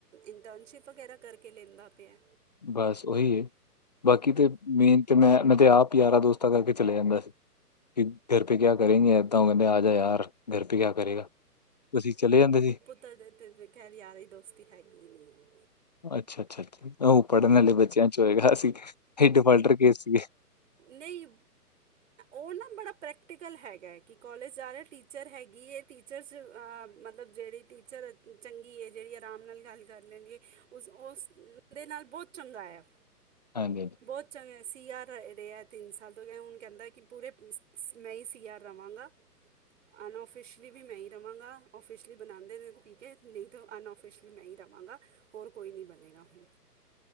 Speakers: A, on the right; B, on the left.
A: ਇੰਟਰਨਸ਼ਿਪ ਵਗੈਰਾ ਕਰਕੇ ਲੈਂਦਾ ਪਿਆ।
B: ਬਸ ਓਈ ਏ। ਬਾਕੀ ਤੇ ਮੇਨ ਤੇ ਮੈਂ ਮੈਂ ਤੇ ਆਪ ਯਾਰਾਂ ਦੋਸਤਾਂ ਸੰਤਾਂ ਕਰਕੇ ਚਲੇ ਜਾਂਦਾ ਸੀ। ਕੀ ਘਰ ਪੇ ਕਿਆ ਕਰੇਗੇ ਏਦਾਂ ਓ ਕੇਂਦੇ ਆ ਜਾ ਯਾਰ। ਘਰ ਪੈ ਕਿਆ ਕਰੇਗਾ? ਅਸੀਂ ਚਲੇ ਜਾਂਦੇ ਸੀ।
A: ਤਦੇ ਤੇ ਵੇ ਖੈਰ ਯਾਰੀ ਦੋਸਤੀ ਹੈਗੀ ਨੀ ਐ।
B: ਅੱਛਾ ਅੱਛਾ ਅੱਛ। ਓ ਪੜ੍ਹਨ ਵਾਲੇ ਬੱਚਿਆਂ ਚ ਹੋਏਗਾ। ਅਸੀਂ ਏ ਡਿਫਾਲਟਰ ਕੇਸ ਸੀ।
A: ਨਈ ਓ ਨਾ ਬੜਾ ਪ੍ਰੈਕਟੀਕਲ ਹੈਗਾ ਕਿ ਕੋਲਜ ਜਾ ਰਿਆ ਟੀਚਰ ਹੈਗੀ ਏ ਟੀਚਰਸ ਅ ਮਤਲਬ ਜੇੜੀ ਟੀਚਰ ਚੰਗੀ ਏ। ਜੇੜੀ ਆਰਾਮ ਨਾਲ ਗੱਲ ਕਰ ਲੈਂਦੀ ਏ ਉਸ ਓਸ ਓਦੇ ਨਾਲ ਬੋਤ ਚੰਗਾ ਆ।
B: ਹਾਂਜੀ।
A: ਬੋਤ ਚੰਗਾ ਸੀ ਆਰ ਰ ਰਿਆ ਤਿੰਨ ਸਾਲ ਤੋਂ ਹੁਣ ਕੈਂਦਾ ਕੀ ਪੂਰੇ ਮੈਂ ਈ ਸੀ ਆਰ ਰਵਾਂਗਾ। ਅਨਓਫੀਸ਼ਲੀ ਵੀ ਮੈਂ ਈ ਰਵਾਂਗਾ। ਓਫੀਸ਼ਲੀ ਬਣਾਂਦੇ ਨੇ ਤੇ ਟੀਕੇ ਨਈ ਤਾਂ ਅਨਆਓਫਿਸ਼ਲੀ ਕਿ ਮੈਂ ਈ ਰਵਾਂਗਾ। ਹੋਰ ਕੋਈ ਨੀ ਬਣੇਗਾ ਹੁਣ